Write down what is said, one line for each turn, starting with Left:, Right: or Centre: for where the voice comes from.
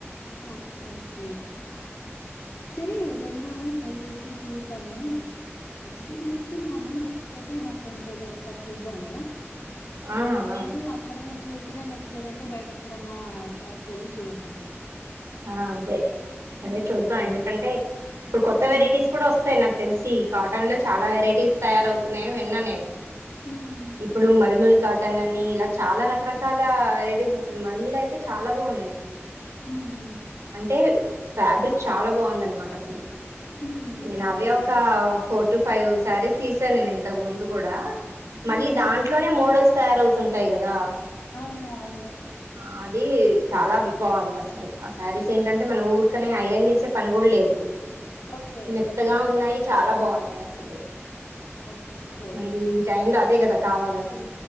Left: ఓకే ఓకే సిరి వెళ్దాము ట్రై చేసి చూదాము నచ్చితే తీసుకుందాము లేకపోతే మా ఫ్రెండ్ దగ్గర ఒకసారి చూద్దాము
Right: ఆ
Left: ఇంకా లేదు
Right: ఆ
Left: అక్కడ నచ్చలే ఎక్కడ నచ్చలేదంటే బయట ఎక్కడన్నా షాప్ క వెళ్ళి చూస్తద్దాం
Right: ఆ అదే సరే
Left: హ్మ్.
Right: చూద్దాం ఎందుకంటే
Left: హ్మ్.
Right: ఇప్పుడు కొత్త వెరైటీస్
Left: హ్మ్.
Right: కూడా వస్తాయి నాకు తెలిసి కాటన్ లో చాలా వెరైటీస్ తయారవుతున్నాయని విన్నా నేను
Left: హ్మ్. హ్మ్.
Right: ఇప్పుడు
Left: ఓకే.
Right: మల్మూల్ కాటన్ అన్ని ఇలా చాలా రకరకాల వెరైటీస్ వసలు మల్మల అయితే చాలా బాగున్నాయి
Left: హ్మ్. హ్మ్.
Right: అంటే ఫ్యాబ్రిక్ చాలా బాగుంది అనమాట అసలు
Left: హ్మ్. హ్మ్.
Right: నేను అవే
Left: ఓకే.
Right: ఒక ఫోర్ టు ఫైవ్ శారీస్ తీసాను నేను ఇంతకు ముందు కూడా
Left: హ్మ్.
Right: మళ్ళీ
Left: హ్మ్.
Right: దాంట్లోనే మోడల్స్ తయారవుతుంటాయి కదా
Left: అవును అవును
Right: ఆ అది చాలా బాగుంది అసలు ఆ శారీస్ ఏంటంటే మనం ఊరికనే ఐరన్ చేసే పని కూడా లేదు
Left: ఓకే.
Right: మెత్తగా ఉన్నాయి చాలా బాగున్నాయి అసలు
Left: ఓకే. ఓకే.
Right: మనకి ఈ టైమ్ లో అదే క కావాలి అసలు